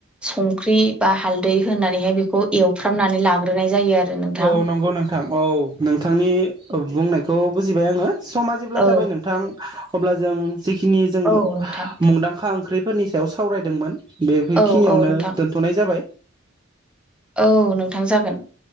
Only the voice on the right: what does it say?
औ नंगौ नोंथां औ नोंथांनि बुंनायखौ बुजिबाय आङो समा जेब्ला
जाबाय नोंथां अब्ला जों जिखिनि जों
मुंदांखा ओंख्रि फोरनि सायाव सावरायदोंमोन बे बेखिनियावनो
दोनथ'नाय जाबाय।